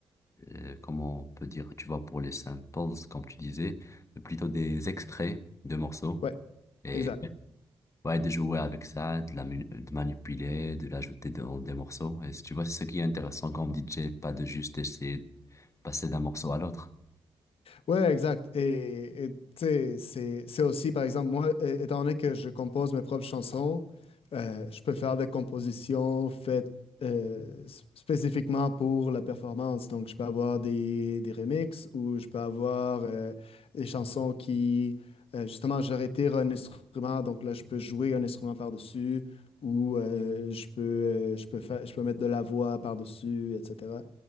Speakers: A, on the left; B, on the left.
A: euh, comment on peut dire, tu vois, pour les samples, comme tu disais, mais plutôt des extraits de morceaux.
B: ouais,
A: Et
B: exact.
A: ouais, de jouer avec ça, de la, mu- de manipuler, de l'ajouter dans des morceaux. Et tu vois, c'est ce qui est intéressant comme DJ, pas de juste essayer de passer d'un morceau à l'autre.
B: Ouais, exact. Et, et, tu sais, c'est, c'est aussi, par exemple, moi, é- étant donné que je compose mes propres chansons, euh, je peux faire des compositions faites euh, s- spécifiquement pour la performance. Donc, je peux avoir des, des remixes ou je peux avoir euh, des chansons qui, euh, justement, je retire un instrument. Donc là, je peux jouer un instrument par-dessus ou euh, je peux, euh, je peux faire, je peux mettre de la voix par-dessus, etc.